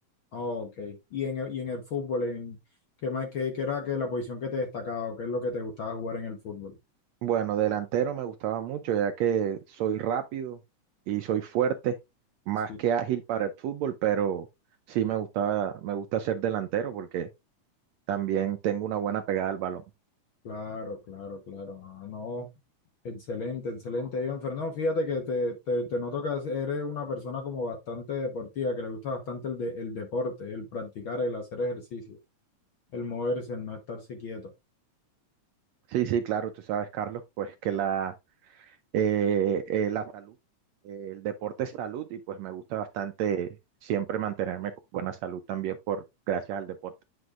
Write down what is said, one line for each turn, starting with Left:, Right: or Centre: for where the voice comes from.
Left: ah, ok. Y en, el- y en el fútbol, en, ¿qué, más- qué, qué era que la posición que te destacaba o qué es lo que te gustaba jugar en el fútbol?
Right: Bueno, delantero me gustaba mucho, ya que soy rápido y soy fuerte, más
Left: Sí,
Right: que ágil para el fútbol, pero sí me gustaba, me gusta ser delantero porque también tengo una buena pegada al balón.
Left: claro, claro, claro. Ah, no. Excelente, excelente, John Fernando. Fíjate que te, te, te noto que eres una persona como bastante deportiva, que le gusta bastante el, de- el deporte, el practicar, el hacer ejercicio, el moverse, el no estarse quieto.
Right: Sí, sí, claro, tú sabes, Carlos, pues que la, eh, eh, la salud, eh, el deporte es salud y pues me gusta bastante siempre mantenerme con buena salud también por gracias al deporte.